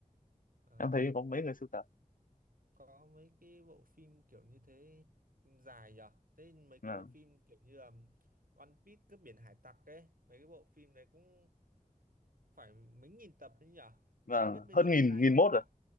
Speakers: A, on the right (about 75°); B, on the left (about 70°).
A: À,
B: em thấy có mấy người sưu tập
A: có mấy cái bộ phim kiểu như thế dài nhở? Thế mấy cái
B: à,
A: bộ phim kiểu như là One Piece cướp biển hải tặc ấy, mấy cái bộ phim đấy cũng phải mấy nghìn tập đấy nhở?
B: vâng
A: Không biết bây
B: hơn
A: giờ đã
B: nghìn
A: ra
B: nghìn
A: hết
B: mốt
A: chưa nhở?
B: rồi